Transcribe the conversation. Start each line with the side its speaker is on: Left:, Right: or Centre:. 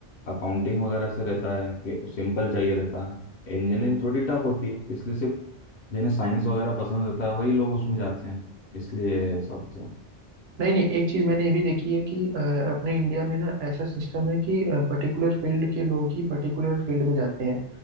Left: अकाउंटिंग वगैरह से रहता है कि सिंपल चाहिए रहता है इंजीनियरिंग थोड़ी टफ होती है इसलिए सिर्फ जिन्हें साइंस वगैरह पसंद रहता है वही लोग उसमें जाते हैं इसलिए सब तो
Right: नहीं नहीं एक चीज़ मैंने ये भी देखी है कि अ, अपने इंडिया में ना ऐसा सिस्टम है कि पर्टिकुलर फील्ड के लोग ही पर्टिकुलर फील्ड में जाते हैं